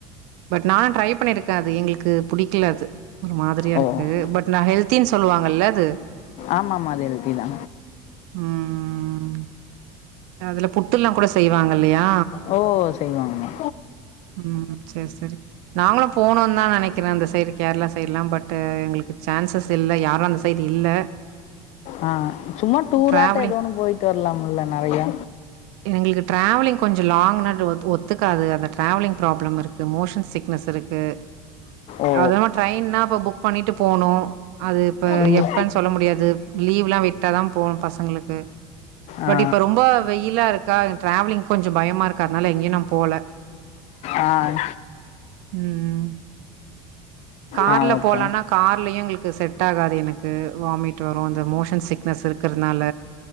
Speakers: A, on the right; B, on the left.
A: நா ட்ரை பண்ணிருக்கே அது எங்ளுக்கு புடிக்ல அது ஒரு மாதிரியாருக்கு
B: ஓ
A: பட் நா ஹெல் தின் சொல்வாங்கல்லது
B: ஆமாமா அது எல்திதா
A: ம் அதுல புட்டுலாம் கூட செய்வாங்க ல்லியா
B: ஓ செய்வாங்கம்மா
A: ம் ம் செர் செரி நாங்களூ போணூந்தா நெனைக்கிறோ அந்த சைடு கேரளா சைடுலா பட்டு எங்ளுக்கு சான்ஸஸ் இல்ல எங்ளுக்கு யாரூ அந்த சைடு இல்ல
B: ஆ சும்மா டூராட்ட
A: ட்ராவலிங்
B: ஏதோ ஒன்று போயிட்டு வரலாம்ல நிறையா
A: எங்களுக்கு டிராவலிங் கொஞ்சோ லாங்னா ஒ ஒத் ஒத்துக்காது அந்த டிராவலிங் ப்ராப்ளம் இருக்கு மோஷன் சிக்னஸ் இருக்கு
B: ஓ
A: அத ட்ரெயின்னா இப்ப புக் பண்ணிட்டு போகணோ அது இப்ப
B: ம்.
A: எப்பன்னு சொல்ல முடியாது லீவ்லா விட்டாதா போகணு பசங் பசங்களுக்கு பட்
B: ஆ
A: இப்ப ரொம்ப வெயிலா இருக் கா டிராவலிங் கொஞ்சோ பயமா இருக்கா அதனால எங்கேயு நான் போல
B: ஆ
A: உம் உம் கார்ல
B: ஆ ஓகே
A: போலனா கார்லயு எங்களுக்கு செட் ஆகாது எனக்கு வாமிட் வரு அந்த மோஷன் சிக்னஸ் இருக்கறதுனால